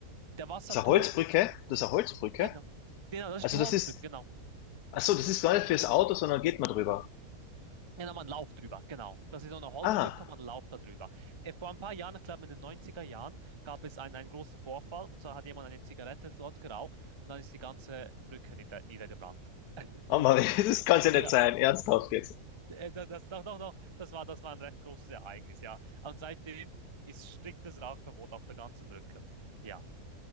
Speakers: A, on the right; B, on the left.
A: Der Wasserturm,
B: Das ist eine Holzbrücke, das ist eine Holzbrücke.
A: genau. Genau, das
B: Also,
A: ist die
B: das
A: Holzbrücke,
B: ist,
A: genau.
B: ach so, das ist gar nicht fürs Auto, sondern geht man drüber.
A: Ja, nochmal einen Lauf drüber, genau. Das ist so eine Holzbrücke,
B: Ah,
A: man einen Lauf da drüber. Äh, Vor ein paar Jahren, ich glaube in den 90er Jahren, gab es einen, einen großen Vorfall und zwar hat jemand eine Zigarette dort geraucht und dann ist die ganze Brücke nieder, niedergebrannt. <laughs>
B: oh Mann, <laughs> das kann es ja
A: Ja,
B: nicht sein, ernsthaft jetzt.
A: äh, da- das, doch, doch, doch, das war, das war ein recht großes Ereignis, ja. Und seitdem ist striktes Rauchverbot auf der ganzen Brücke. Ja.